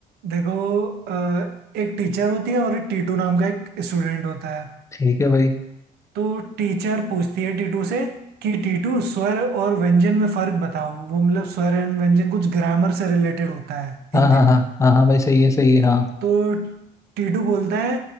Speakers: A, on the right; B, on the left.
A: देखो अ, एक टीचर होती है और एक टीटू नाम का एक स्टूडेंट होता है
B: ठीक है भाई
A: तो टीचर पूछती है टीटू से कि टीटू स्वर और व्यंजन में फर्क बताओ वो मतलब स्वर एंड व्यंजन कुछ ग्रामर से रिलेटेड होता है
B: हाँ
A: हिंदी
B: हाँ हाँ
A: में
B: हाँ हाँ भाई सही है सही है हाँ
A: तो टीटू बोलता है